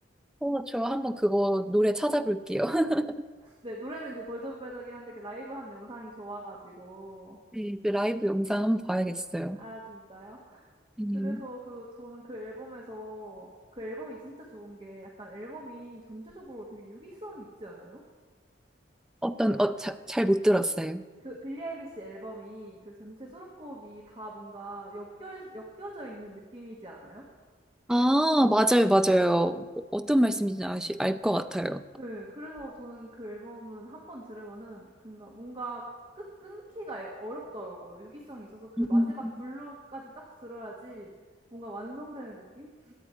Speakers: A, in the centre; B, on the right.
A: 어, 저 한번 그거 노래 찾아볼게요. <laughs>
B: 네 노래는 그 버전 빼더긴 한데 그 라이브 한 영상이 좋아 가지고.
A: 네, 그 라이브 영상 한번 봐야겠어요.
B: 아 진짜요?
A: 음.
B: 그래서 그 저는 그 앨범에서 그 앨범이 진짜 좋은 게 약간 앨범이 전체적으로 되게 유기성이 있지 않아요?
A: 어떤, 어, 잘 못 들었어요.
B: 그 빌리 아일리시 앨범이 그 전체 수록곡이 다 뭔가 엮여져 엮여져 있는 느낌이지 않아요?
A: 아, 맞아요, 맞아요. 어떤 말씀인지 아시, 알 것 같아요.
B: 네 그래서 저는 그 앨범은 한번 들으면은 뭔가 뭔가 끝 끊기가 애- 어렵더라고요. 유기성이 있어서 그
A: 음.
B: 마지막 블루까지 딱 들어야지 뭔가 완성되는 느낌?